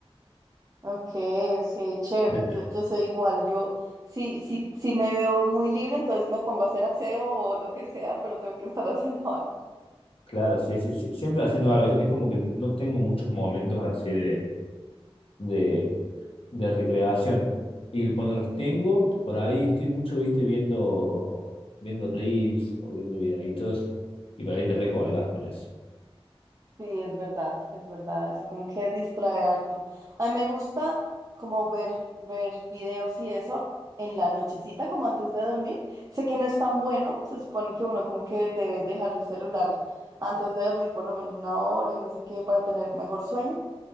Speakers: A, on the right; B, on the left.
A: Ok, ok, chévere.
B: <laughs>
A: Yo, yo soy igual. Yo, si, si, si me veo muy libre, entonces me pongo a hacer aseo o lo que sea, pero tengo que estar <laughs> haciendo algo.
B: Claro, sí, sí, sí. Siempre haciendo algo. Es como que no tengo muchos momentos así de, de, de recreación. Y cuando los tengo, por ahí estoy mucho, viste, viendo, viendo reels o viendo videitos. Y por ahí te recolgas con eso.
A: Sí, es verdad, es verdad, eso como que distrae harto. A mí me gusta como ver, ver videos y eso en la nochecita, como antes de dormir. Sé que no es tan bueno, se supone que uno como que debe dejar el celular antes de dormir por lo menos una hora y no sé qué para tener mejor sueño,